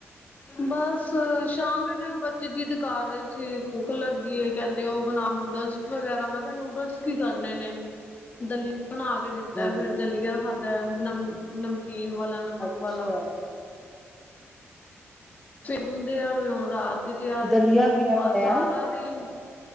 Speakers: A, on the left (about 35°); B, in the centre.
A: ਬਸ ਸ਼ਾਮ ਦੇ ਟਾਈਮ ਬ ਚ ਜੀ ਦਿਖਾ ਰਹੇ ਸੀ ਭੁੱਖ ਲੱਗੀ ਕਹਿੰਦੇ ਉਹ ਬਣਾ ਨੂਡਲਸ ਵਗੈਰਾ ਮੈਂ ਨੂਡਲਸ ਕੀ ਕਰਨੇ ਨੇ ਦਲੀਆ ਬਣਾ ਕੇ ਦਿੱ ਤਾ
B: ਹਾਂਜੀ
A: ਫਿਰ ਦਲੀਆ ਖਾਧਾ ਨਮ ਨਮਕੀਨ ਵਾਲਾ ਨਮਕ
B: ਅੱਛਾ
A: ਵਾਲਾ, ਗੁੰਦੇ ਆ ਵੀ ਹੁਣ ਰਾਤ ਦੀ ਤਿਆਰੀ
B: ਦਲੀਆ ਕਿਵੇਂ
A: ਬਸ
B: ਬਣਿਆ
A: ਸਾਰਾ ਦਿਨ